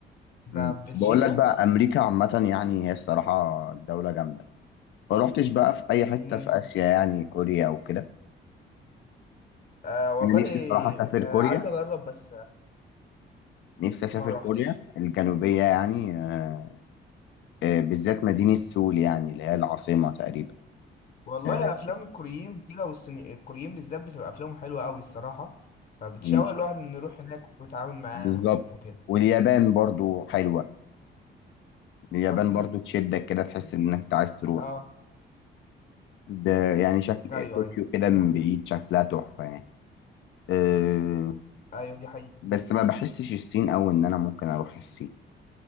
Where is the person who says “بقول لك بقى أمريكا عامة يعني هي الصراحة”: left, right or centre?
Left